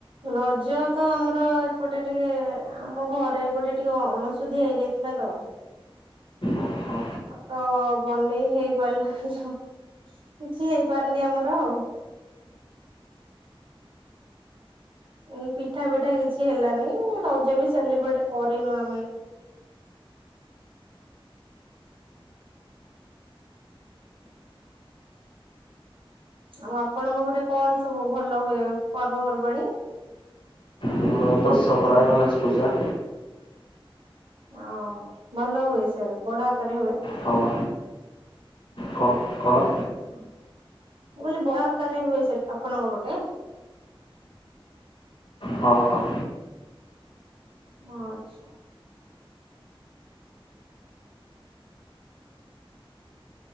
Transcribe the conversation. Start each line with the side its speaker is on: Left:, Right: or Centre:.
Right: ରଜ ତ ଆମର ଏପଟେ ଟିକେ ଆମ ଘରେ ଏପଟେ ଟିକେ ଅଣଶୁଦ୍ଧି ହେଇଯାଇ ହେଲାତ।
Left: ଓହୋ।
Right: ତ ବନେଇ ହେଇପାରିଲାନି ସଅ କିଛି ହେଇପାରୁନି ଆମର ଆଉ। ଉ ପିଠା ପିଠା କିଛି ହେଲାନି। ରଜ ବି ସେଲିବ୍ରେଟ କରିନୁ ଆମେ। ଆଉ ଆପଣଙ୍କ ପଟେ କଣ ସବୁ ଭଲ ହୁଏ ପର୍ବପର୍ବାଣୀ?
Left: ମୋର ଦଶହରା, ଗଣେଶ ପୂଜା।
Right: ଆଉ ଭଲ ହୁଏ ସେ ବଡ ଆକାରରେ ହୁଏ?
Left: ହଁ କଣ କଣ?
Right: ମୁଁ କହିଲି ବଡ ଆକାରରେ ହୁଏ ସେ ଆପଣଙ୍କ ପଟେ?
Left: ହଁ ହଁ।
Right: ହଁ ଆଚ୍ଛା।